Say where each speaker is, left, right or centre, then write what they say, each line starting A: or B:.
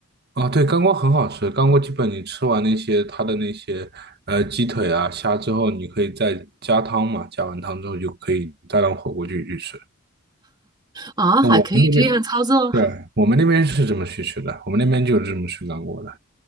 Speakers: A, on the right; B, on the right.
A: 哦，对，干锅很好吃。干锅基本你吃完那些它的那些呃鸡腿啊虾之后，你可以再加汤嘛，加完汤之后就可以再当火锅去去吃。
B: 啊，
A: 那我们那边，
B: 还可以这样操作
A: 对，
B: <laughs>
A: 我们那边是这么去吃的，我们那边就是这么吃干锅的。